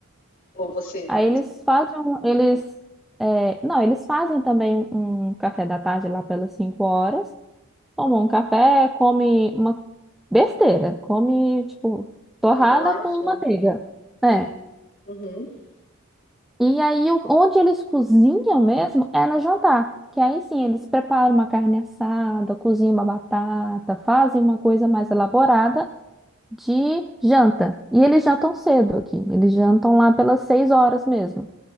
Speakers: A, on the left (about 45°); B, in the centre.
A: Ou você?
B: Aí
A: na
B: eles fazem, um- eles, é, não, eles fazem também um um café da tarde lá pelas 5 horas, tomam um café, come uma besteira, come, tipo, torrada
A: Uma bolacha?
B: com manteiga, né?
A: Hum, Uhum.
B: E aí, o- onde eles cozinham mesmo é no jantar, que aí sim, eles preparam uma carne assada, cozinham uma batata, fazem uma coisa mais elaborada de janta. E eles jantam cedo aqui, eles jantam lá pelas 6 horas mesmo.